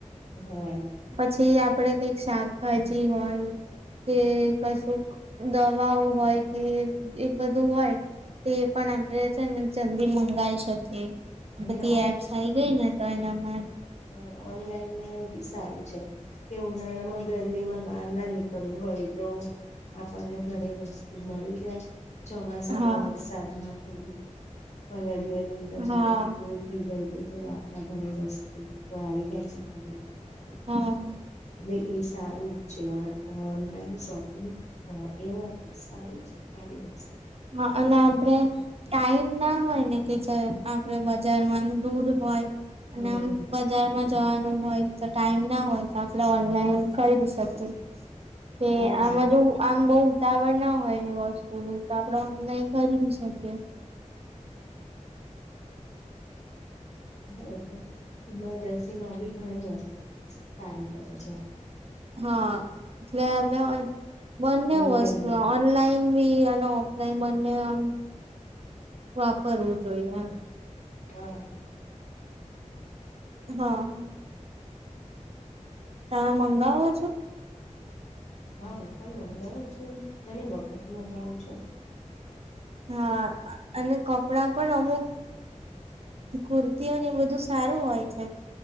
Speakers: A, on the left (about 60°); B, on the right (about 50°).
A: હમ્મ
B: પછી આપડે કઈક શાકભાજી હોય કે કશું દવાઓ હોય કે એ બધું હોય. તે પણ આપડે છે ને જલ્દી મંગાઈ શકીએ આ
A: અને
B: બધી એપ્સ આ આવી ગઈ ને તો એનામા
A: હા ઓનલાઈન માં એ બી સારું છે. કે ઉનાળા માં ગરમી માં બહાર ના નીકળવું હોય તો આપણને, ઘરે વસ્તુ મળી જાય. ચોમાસામાં
B: હા
A: વરસાદમાં થોડું પલળીએ ને બધા
B: હા
A: ના રીતે થઈ જાય છે ચાલ આપણા ઘરે વસ તો આવી જાય છે બધા <unintelligible>
B: હા.
A: એટલે એ સારું છે ઓનલાઈન શોપિંગ હ એ નથી સારી છે સારી વસ્તુ.
B: હા અને આપણે ટાઈમ ના હોય ને કે ચલ આપડે બજારમાં દૂર હોય અને
A: હમ
B: આમ બજારમાં જવાનું હોય તો ટાઈમ ના હોય તો આપણે ઓનલાઈન ખરીદી શકે. કે
A: હા
B: આમ બધું આમ બઉ ઉતાવળ ના હોય એ વસ્તુની તો આપણે ઓનલાઈન ખરીદી શકીએ.
A: હા તો ઈમરજન્સી માં આવી ઘણી વખત સારી પડે છે.
B: હા જે આપણે બંને
A: ઓનલાઈનમાં
B: વસ્તુ ઓનલાઈન અને ઓફલાઈન બને આમ વાપરવું જોઈએ એમ.
A: હા.
B: હા. તમે મંગાવો છો?
A: હા હું પણ મંગાવ છું, ઘણી વખત મંગાઉ છું.
B: હા અને કપડા પણ અમુક કુર્તીઓને બધું સારું હોય છે